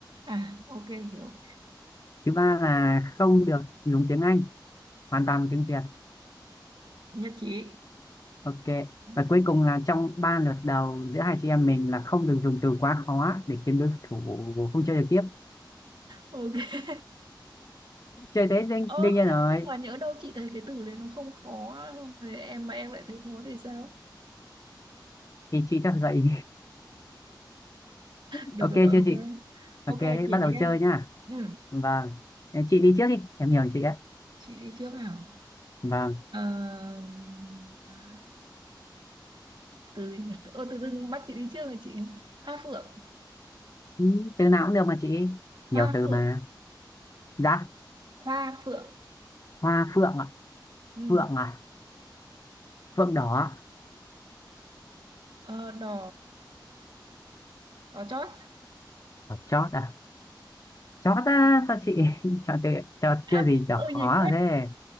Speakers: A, on the right; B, on the left.
A: À ok hiểu.
B: thứ ba là không được dùng tiếng Anh hoàn toàn tiếng Việt
A: Nhất trí.
B: ok
A: Nhất.
B: và cuối cùng là trong ba lượt đầu giữa hai chị em mình là không được dùng từ quá khó để khiến đối thủ không chơi được tiếp
A: Ok.
B: chơi Tết đương,
A: Ơ,
B: đương nhiên rồi
A: nhưng mà nhỡ đâu chị thấy cái từ đấy nó không khó không thì em mà em lại thấy khó thì sao?
B: thì chị sẽ phải gợi ý <laughs>
A: Được
B: ok
A: rồi,
B: chưa
A: ok.
B: chị
A: Ok,
B: ok thế
A: chuyển
B: bắt đầu
A: đi em.
B: chơi nhá
A: Ừ,
B: vâng Ờ, chị đi trước đi em nhường chị ấy
A: chị đi trước nào.
B: vâng
A: Ờ, à, từ gì? nhỉ? Ô, tự dưng bắt chị đi trước rồi chị. Hoa phượng,
B: Ừ, từ nào cũng được mà chị nhiều
A: hoa
B: từ
A: phượng,
B: mà dạ
A: hoa phượng.
B: hoa phượng ạ
A: Ừ.
B: phượng à phượng đỏ ạ. à?
A: Ờ, đỏ, đỏ chót.
B: Ờ, chót à chót á sao chị <laughs> chọn từ chọn
A: À,
B: chưa gì chọn
A: ôi
B: khó
A: chị quên,
B: rồi thế